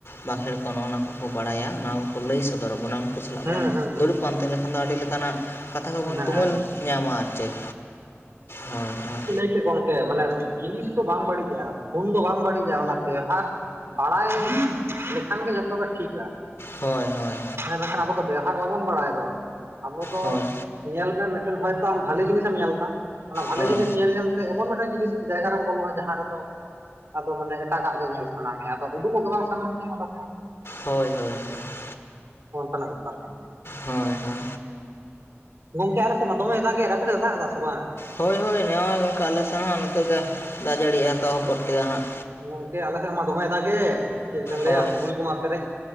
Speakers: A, on the left (about 65°); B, on the right (about 75°).
A: ᱵᱟᱸᱠᱷᱮᱲ ᱠᱚ ᱱᱚᱜᱼᱟ ᱠᱚᱠᱚ ᱵᱟᱲᱟᱭᱟ ᱱᱚᱣᱟ ᱠᱚᱠᱚ ᱞᱟᱹᱭ ᱥᱚᱫᱚᱨ ᱟᱵᱚᱱᱟ ᱩᱱᱠᱩ ᱥᱟᱞᱟᱜ
B: ᱦᱮᱸ
A: ᱵᱚᱱ
B: ᱦᱮᱸ ᱦᱮᱸ
A: ᱫᱩᱲᱩᱵ ᱯᱟᱱᱛᱮ ᱞᱮᱠᱷᱟᱱ ᱫᱚ ᱟᱹᱰᱤ ᱞᱮᱠᱟᱱᱟᱜ ᱠᱟᱛᱷᱟ ᱠᱚᱵᱚᱱ
B: ᱦᱮᱸ
A: ᱛᱩᱢᱟᱹᱞ ᱧᱟᱢᱚᱜ ᱟᱨ ᱪᱮᱫ ᱦᱳᱭ ᱦᱳᱭ
B: ᱮ ᱜᱚᱝᱠᱮ ᱢᱟᱱᱮ ᱡᱤᱱᱤᱥ ᱫᱚ ᱵᱟᱝ ᱵᱟᱹᱲᱤᱡᱼᱟ ᱯᱷᱩᱱ ᱫᱚ ᱵᱟᱝ ᱵᱟᱹᱲᱤᱡᱼᱟ ᱚᱱᱟᱛᱮ ᱵᱟᱲᱟᱭ ᱞᱮᱠᱷᱟᱱ ᱜᱮ ᱡᱷᱚᱛᱚ ᱜᱮ ᱴᱷᱤᱠᱟ ᱾
A: ᱦᱳᱭ ᱦᱳᱭ
B: ᱦᱮᱸ <unintelligible> ᱠᱷᱟᱱ ᱟᱵᱚ ᱫᱚ ᱵᱮᱵᱷᱟᱨ ᱵᱟᱵᱚᱱ ᱵᱟᱲᱟᱭ ᱫᱚ ᱟᱵᱚ ᱫᱚ
A: ᱦᱳᱭ
B: ᱧᱮᱞ ᱢᱮ ᱢᱤᱫᱴᱮᱱ ᱦᱚᱭᱛᱚ ᱟᱢ ᱵᱷᱟᱞᱤ ᱡᱤᱱᱤᱥᱮᱢ ᱧᱮᱞ ᱫᱟ ᱾ ᱚᱱᱟ ᱵᱷᱟᱞᱤ
A: ᱦᱳᱭ
B: ᱡᱤᱱᱤᱥ ᱧᱮᱞ ᱧᱮᱞᱛᱮ ᱮᱢᱚᱱ ᱢᱤᱫᱴᱟᱝ ᱡᱤᱱᱤᱥ ᱡᱟᱭᱜᱟ ᱨᱮᱢ ᱵᱚᱞᱚᱜᱼᱟ ᱡᱟᱦᱟᱸ ᱨᱮᱫᱚ, ᱟᱫᱚ ᱢᱟᱱᱮ ᱮᱴᱟᱜᱟᱜ ᱜᱮ ᱧᱮᱞ ᱥᱟᱱᱟ ᱢᱮᱭᱟ ᱟᱫᱚ ᱩᱰᱩᱠᱚᱜ ᱜᱮ ᱵᱟᱝ ᱥᱟᱱᱟ ᱢᱮᱭᱟ ᱚᱸᱰᱮ ᱠᱷᱚᱱ।
A: ᱦᱳᱭ ᱦᱳᱭ। <inaudible>
B: ᱚᱱᱠᱟᱱᱟᱜ ᱵᱮᱯᱟᱨ ᱠᱟᱱᱟ।
A: ᱦᱳᱭ ᱦᱳᱭ
B: ᱜᱚᱢᱠᱮ ᱟᱞᱮ ᱥᱮᱫ ᱢᱟ ᱫᱚᱢᱮ ᱫᱟᱜ ᱮᱫ ᱟᱯᱮᱥᱮᱫ ᱫᱟᱜ ᱫᱟ ᱥᱮ ᱵᱟᱝ
A: ᱦᱳᱭ ᱦᱳᱭ ᱱᱚᱜᱼᱚᱭ ᱜᱚᱢᱠᱮ ᱟᱞᱮᱥᱮᱫ ᱦᱚᱸ ᱱᱤᱛᱚᱜ ᱜᱮ ᱫᱟᱜ ᱡᱟᱹᱲᱤ ᱮ ᱮᱛᱚᱦᱚᱵ ᱜᱚᱫ ᱠᱮᱫᱟ ᱦᱟᱸᱜ
B: ᱜᱚᱢᱠᱮ ᱟᱞᱮ ᱥᱮᱫ ᱢᱟ ᱫᱚᱢᱮᱭ ᱫᱟᱜᱼᱮᱜ ᱪᱮᱫ ᱵᱮᱱ ᱞᱟᱹᱭᱟ
A: ᱦᱳᱭ
B: ᱯᱩᱞ <unintelligible> <unintelligible> ᱯᱮᱨᱮᱡ